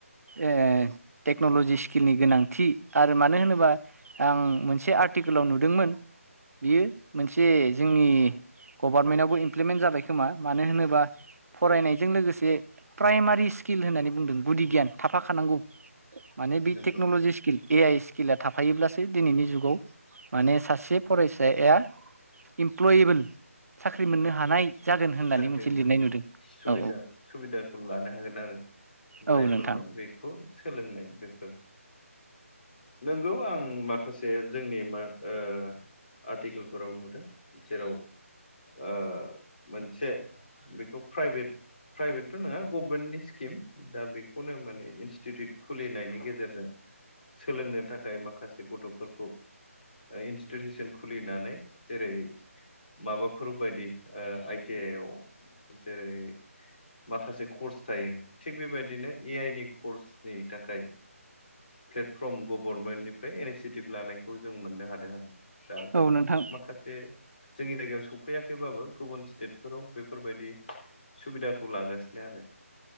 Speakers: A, on the right (about 80°); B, on the left (about 40°).
A: ए टेक्न'लजि स्किलनि गोनांथि आरो मानो होनोबा आं मोनसे आर्टिकोलाव नुदोंमोन बियो मोनसे
B: नंगौ
A: जोंनि गभारनमेन्टआवबो इमप्लिमेन्ट जाबाय खोमा मानो होनोबा फरायनायजों लोगोसे प्राइमारि सि स्किल होननानै बुंदों गुदि गियान थाफाखानांगौ माने बे
B: नंगौ
A: टेक्न'लजि स्किल ए आइ स्कि सिकिला थाफायोब्लासो दिनैनि जुगाव माने सासे फरायसाया इमप्लयेबोल साख्रि मोननो हानाय जागोन होननानै
B: साख्रि
A: मोनसे
B: नोंगौ
A: लिरनाय नुदों
B: सुबिदा
A: औ
B: सुबिदाखौ लानो हागोन आरो। जायफोरमोन
A: औ नोंथां
B: बेखौ सोलोंनाय बेफोर। नोंगौ आं माखासे जोंनि मा ओ आर्टिकेलफोराव नुदों जेराव ओ मोनसे बिखौ प्राइभेट प्राइभेटथ' नङा गभमेन्टनि स्किम दा बिखौनो माने इनस्टिटिउट खुलिनायनि गेजेरजों सोलोंनो थाखाय माखासे गथ'फोरखौ इन्स्टिटिउसन खुलिनानै जेरै माबाफोरबायदि ओ आइटि आइवाल जेरै माखासे कर्स थायो थिग बेबायदिनो ए आइ नि कर्सनि थाखाय प्लेटफर्म गभर्नमेन्टनिफ्राय इनिसियेटिभ लानायखौ जों मोननो हादों आरो। दा गोबां
A: औ नोंथां
B: माखासे जोंनि जायगायाव सफैयाखैबाबो गुबुन स्टेट फोराव बेफोरबायदि सुबिदाखौ लागासिनो आरो।